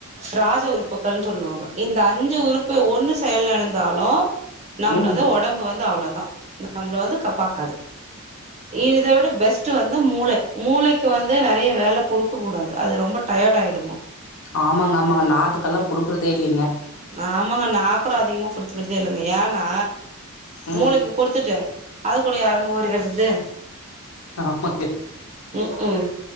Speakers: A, on the right; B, on the left.
A: ராஜ உறுப்புகள்ன் சொல்லுவாங்க இந்த அஞ்சு உறுப்பு ஒண்ணு செயல்லிலந்தாலு நம்ளோட
B: ம்
A: ஒடம்பு வந்து அவ்ளோதா நம்மள வந்து கப்பாக்காது இத விட பெஸ்ட் வந்து மூள மூளைக்கு வந்து நெறைய வேல குடுக்க கூடாது அது ரொம்ப டைய டயடாய்டுமா
B: ஆமாங்க ஆமாங்க நா அதுக்கல்லா குடுக்கற்தே இல்லைங்க
A: ஆமாங்க நா கூட அதிகமா குடுத்துகற்தே இல்லங்க ஏனா
B: ம்
A: மூளைக்கு குடுத்துட்டு அதுகுள்ள யாருங்க ஓறியாட்றது
B: ஆமாங்க
A: ம் ம்